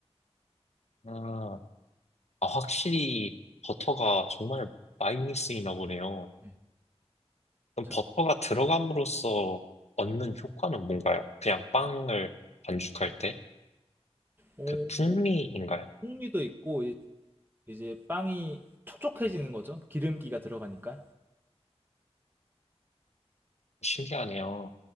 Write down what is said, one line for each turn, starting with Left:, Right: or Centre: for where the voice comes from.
Left: 아, 아, 확실히 버터가 정말 많이 쓰이나 보네요.
Right: 네.
Left: 그럼
Right: 자,
Left: 버터가 들어감으로써 얻는 효과는 뭔가요? 그냥 빵을 반죽할 때?
Right: 어,
Left: 그 풍미인가요?
Right: 뭐 풍미도 있고 이- 이제 빵이 촉촉해지는 거죠. 기름기가 들어가니까.
Left: 신기하네요.